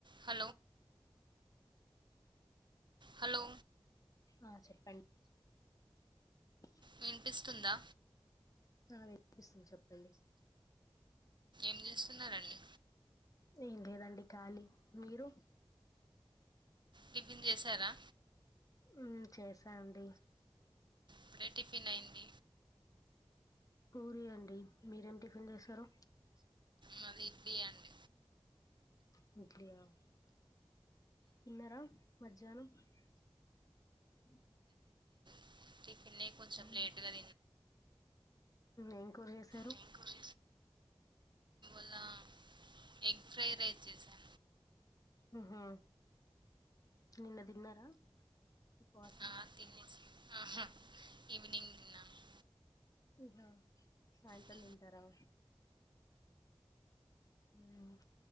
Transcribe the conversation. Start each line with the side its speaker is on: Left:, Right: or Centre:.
Right: Hello hello
Left: ఆ చెప్ప బ
Right: వినిపిస్తుందా
Left: ఆ వినిపిస్తుంది చెప్పండి
Right: ఏం చేస్తున్నారండి
Left: నేను కూడ అండి ఖాళీ మీరు
Right: టిఫిన్ చేశారా
Left: ఉ చేసాండి
Right: ఇప్పుడే టిఫిన్ అయింది
Left: పూరి అండి మీరేమి టిఫిన్ చేసారు
Right: మాది ఇడ్లీ అండి
Left: <unintelligible> ఇన్నర మధ్యనం హ
Right: ఇంకా తినలేదు టిఫినే
Left: ఉ
Right: కొంచెం లేటుగా
Left: ఏం కూర చేసారు
Right: తిన్నా ఇవాళ
Left: బ
Right: ఎగ్ ఫ్రై రైస్ చేసాను
Left: ఉహు నిన్న తిన్నారా ఉపవాసం
Right: ఆ తినేసి ఆహా ఈవినింగ్ తిన్నాను
Left: ఇహా సాయంత్రం
Right: ఆ,
Left: తింటారా ఉమ్